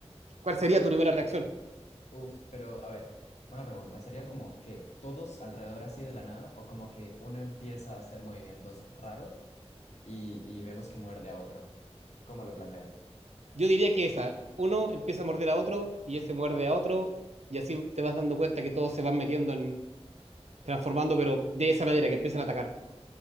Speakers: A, on the right (about 75°); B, on the left (about 85°).
A: ¿Cuál sería tu primera reacción?
B: Uf, pero a ver, una pregunta. ¿Sería como que todos alrededor así de la nada o como que uno empieza a hacer movimientos raros y, y vemos que muerde a otro? ¿Cómo lo planteas?
A: Yo diría que esa, uno empieza a morder a otro y ese muerde a otro y así te vas dando cuenta que todos se van metiendo en transformando, pero de esa manera que empiezan a atacar.